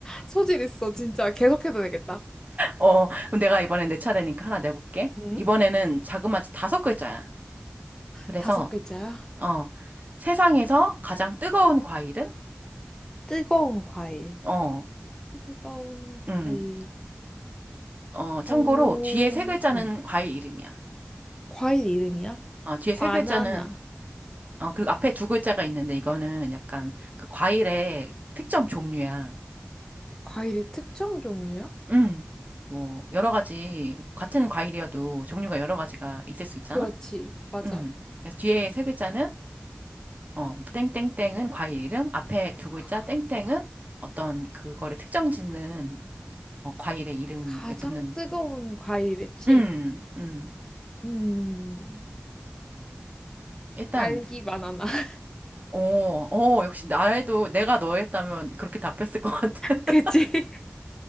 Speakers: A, on the left (about 15°); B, on the right (about 40°).
A: 소질 있어, 진짜. 계속해도 되겠다.
B: 어, 그럼 내가 이번에 내 차례니까 하나 내볼게.
A: 응?
B: 이번에는 자그마치 다섯 글자야. 그래서,
A: 다섯 글자야.
B: 어, 세상에서 가장 뜨거운 과일은?
A: 뜨거운 과일.
B: 어,
A: 뜨거운 과일.
B: 음, 어, 참고로
A: 오,
B: 뒤에 세 글자는
A: 음
B: 과일 이름이야.
A: 과일 이름이야?
B: 어, 뒤에
A: 바나나.
B: 세 글자는, 어, 그리고 앞에 두 글자가 있는데 이거는 약간 그 과일의 특정 종류야.
A: 과일의 특정 종류야?
B: 음, 뭐, 여러 가지, 같은 과일이어도 종류가 여러 가지가 있을 수 있잖아?
A: 그렇지, 맞아.
B: 음. 그래서 뒤에 세 글자는 어, 땡땡땡은 과일 이름, 앞에 두 글자
A: 과-
B: 땡땡은 어떤 그거를 특정 짓는 어, 과일의 이름에
A: 가장
B: 붙는
A: 뜨거운 과일이지?
B: 음. 음.
A: 음,
B: 일단
A: 딸기 바나나. <laughs>
B: 오, 오, 역시 나라도 내가 너였다면 그렇게 답했을 것 같아. <laughs>
A: 그치?